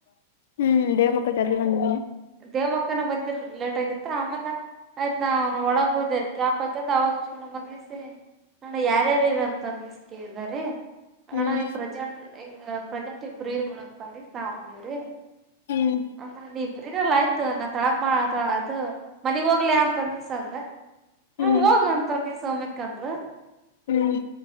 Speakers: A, on the left; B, on the right.
A: ಹ್ಮ್ ದೇವ್ ಮಕ್ಕ ಜರ್ ಬಂದಿ
B: ದೇವ್ ಮಕ್ಕನ ಬಂದಿರ್ಲಿಲ್ ಲೇಟ್ ಆಗಿತ್ತು ಆಮೇಲೆ ಆಯ್ತು ನಾ ಒಳಗ್ ಹೋದೇ ರಿ ಕ್ಯಾಪ್ ಹಾಕಂದು ಅವಾಗ ಷಣ ಮನಸೆ ಣಯಾರ್ಯಾರು ಇರಂತ ಮಿಸ್ ಕೇಳ್ದರೆ
A: ಹ್ಮ್
B: ಅಣ್ಣ ಈ ಪ್ರೆಸೆಂಟ್ ಈ ಪ್ರೆಸೆಂಟ್ ಇಬ್ರೀ ನೋಡಕ್ ಬ ಅಂದಿ ನಾವ್ ಅಂದವ್ರೀ
A: ಹ್ಮ್
B: ಅಂದ್ರೆ ಇಬ್ರನಲ್ಲ ಆಯ್ತು ತಳ ಮಾತ್ರ ಅದು ಮನಗ್ ಹೋಗ್ಲ ಅಂತ ದಿವ್ಸ ಅಂದ ಹ್ಮ
A: ಹ್ಮ್
B: ಹೋಗಂತ ನೀ ಸೋಮ್ಯಕ್ಕಂದ್ರ
A: ಹ್ಮ್